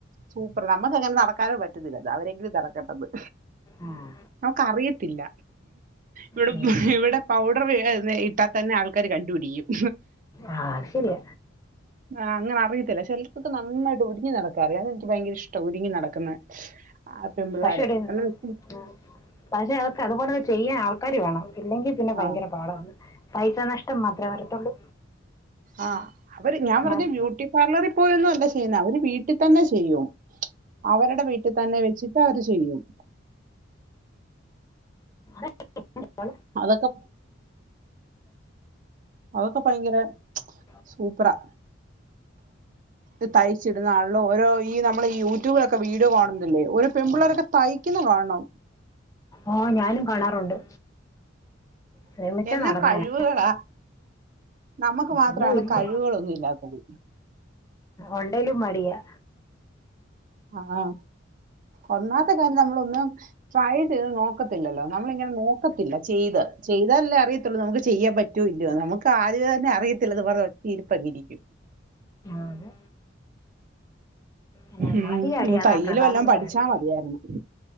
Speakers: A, on the right; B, on the left.
A: സൂപ്പർ നമുക്കങ്ങനെ നടക്കാനോ പറ്റ് റ്റത്തില്ലല്ലോ അവരെങ്കിലും നടക്കട്ടെന്ന്
B: ആഹ്
A: നമുക്കറിയത്തില്ല ഇവിടെ
B: ഉം.
A: ഇവിടെ പൗഡർ ഇട്ടാ തന്നെ ആൾക്കാര് കണ്ടുപിടിക്കും
B: ആഹ് അത് ശെരിയ
A: ആഹ് അങ്ങനെ അറിയത്തില്ല ചെലർക്കൊക്കെ നന്നായിട്ട് ഒരുങ്ങി നടക്കാറിയാ അതെനിക്ക് ഭയങ്കരിഷ്ടാ ഒരുങ്ങി നടക്കുന്നെ ആഹ് പെമ്പിള്ളാരെ
B: പക്ഷെ ഒരു
A: നല്ല ലുക്കിൽ
B: ഉം, പക്ഷെ അതൊക്കെ അതുപോലൊക്കെ ചെയ്യാൻ ആൾക്കാര് വേണം ഇല്ലെങ്കി പിന്നെ ഭയങ്കര
A: ആ
B: പാടാന്ന് പൈസ നഷ്ടം മാത്രേ വരത്തൊള്ളു
A: ആഹ് അവര് ഞാൻ
B: എന്നാൽ
A: പറഞ്ഞെ ബ്യൂട്ടി പാർലറിൽ പോയൊന്നും അല്ല ചെയ്യുന്നെ അവര് വീട്ടിതന്നെ ചെയ്യും. അവരുടെ വീട്ടി തന്നെ വെച്ചിട്ട് അവര് ചെയ്യും
B: <unintelligible>
A: അതൊക്കെ അതൊക്കെ ഭയങ്കര
B: <unintelligible> <inaudible>
A: സൂപ്പറാ ഇത് തയ്ച്ചിടുന്ന ആളിലും ഓരോ ഈ നമ്മൾ ഈ യൂട്യൂബിലൊക്കെ വീഡിയോ കാണുന്നില്ലേ ഒരു പെൺപിള്ളേരൊക്കെ തയ്ക്കുന്ന കാണണം
B: ആഹ് ഞാനും കാണാറുണ്ട് ശ്രമിച്ചാ
A: എന്നാ
B: നടന്നേനെ
A: കഴിവുകളാ നമ്മക്ക്
B: ഇതൊന്നും
A: മാത്രമാണ്
B: ഇല്ല
A: കഴിവുകളൊന്നും ഇല്ലാത്തത്
B: ഒണ്ടേലും മടിയാ
A: ആഹ് ഒന്നാത്തെ കാര്യം നമ്മളൊന്ന് ട്രൈ ചെയ്ത് നോക്കത്തില്ലല്ലോ നമ്മളിങ്ങനെ നോക്കത്തില്ല ചെയ്ത് ചെയ്താലല്ലേ അറിയത്തുള്ളൂ നമുക്ക് ചെയ്യാൻ പറ്റ റ്റോ ഇല്ലയോന്ന് നമുക്ക് ആദ്യമേ തന്നെ അറിയത്തില്ലന്നും പറഞ്ഞ് ഒറ്റ ഇരിപ്പങ്ങിരിക്കും
B: ആന്ന് എന്നാ
A: ഉം
B: മടിയാടി
A: ഇത്
B: അതാപ്രധാനപ്പെട്ട
A: തയ്യല് വല്ലോം പഠിച്ചാ
B: കാര്യം
A: മതിയായിരുന്നു